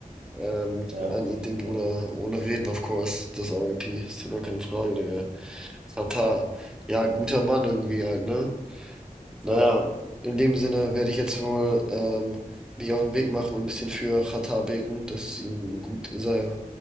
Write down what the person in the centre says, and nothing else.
Ähm,
an
ihn, den
Bruder.
Ohne Reden, of course. Das RIP. Ist doch gar keine Frage, Digga. Tata. Ja, guter Mann irgendwie halt, ne? Naja,
in dem Sinne werde ich jetzt wohl ähm, mich auf den Weg machen und ein bisschen für Xatar beten, dass es ihm gut sei.